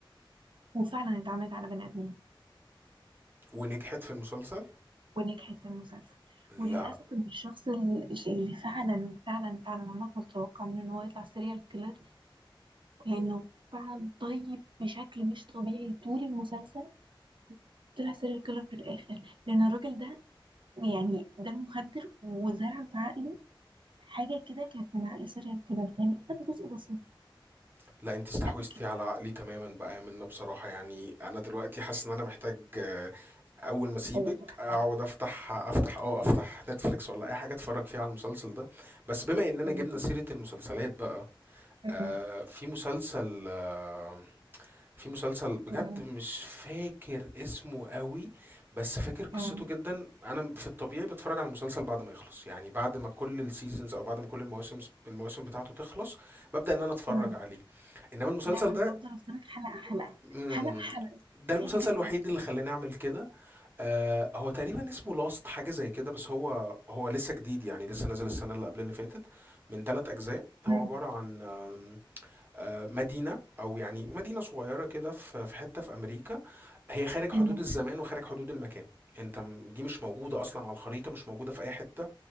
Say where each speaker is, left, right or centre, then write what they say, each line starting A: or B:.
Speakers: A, on the right (about 65°); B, on the right (about 25°).
A: وفعلا اتعملت على بني آدمين
B: ونجحت في المسلسل
A: ونجحت في المسلسل
B: لا
A: وللأسف إن الشخص ال- اللي فعلا فعلا فعلا عمرك ما تتوقع منه إن هو يطلع سيريال كيلر لأنه فعلا طيب بشكل مش طبيعي طول المسلسل طلع سيريال كيلر في الآخر لأن الراجل ده يعني ده مخدر وزرع في عقله حاجة كده كانت من عقل سيريال كيلر يعني خد جزء بسيط
B: لا انت استحوذتي
A: قال لك
B: على عقلي تماما بقى يا منى بصراحة يعني انا دلوقتي حاسس ان انا محتاج اول ما اسيبك
A: هو تحفة
B: اقعد افتح افتح اه افتح نتفليكس ولا اي حاجه اتفرج فيها على المسلسل ده بس بما اننا
A: هو
B: جبنا
A: تحفة
B: سيره المسلسلات
A: بصراحة.
B: بقى
A: أمم،
B: آه في مسلسل آه في مسلسل بجد
A: أمم،
B: مش فاكر اسمه قوي بس فاكر قصته
A: أمم،
B: جدا انا في الطبيعي بتفرج على المسلسل بعد ما يخلص يعني بعد ما كل السيزونز او بعد ما كل المواسم المواسم بتاعته تخلص ببدأ ان انا اتفرج
A: أمم.
B: عليه انما المسلسل
A: لا
B: ده
A: أنا بفضل أستنى حلقة حلقة
B: مم،
A: حلقة حلقة
B: ده المسلسل
A: عادي جدا
B: الوحيد اللي خلاني اعمل كده آه هو تقريبا اسمه لاست حاجة زي كده بس هو هو لسه جديد يعني لسه نازل السنة اللي قبل اللي فاتت من ثلاث أجزاء هو
A: أمم.
B: عبارة عن آم، آه، مدينة أو يعني مدينة صغيرة كده في في حتة في أمريكا هي خارج حدود
A: مم.
B: الزمان وخارج حدود المكان أنت م- دي مش موجودة أصلا على الخريطة مش موجودة في أي حتة